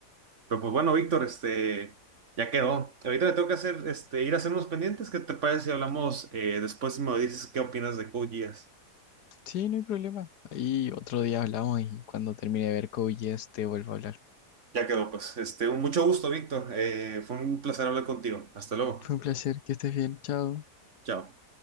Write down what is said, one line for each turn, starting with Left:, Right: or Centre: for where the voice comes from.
Right: Pero pues bueno, Víctor, este, ya quedó. Ahorita le tengo que hacer, este, ir a hacer unos pendientes. ¿Qué te parece si hablamos eh, después y me dices qué opinas de Code Geass?
Left: Sí, no hay problema. Ahí otro día hablamos y cuando termine de ver Code Geass te vuelvo a hablar.
Right: Ya quedó, pues. Este, un- mucho gusto, Víctor. Eh, fue un placer hablar contigo. Hasta luego.
Left: Fue un placer, que estés bien, chao.
Right: Chao.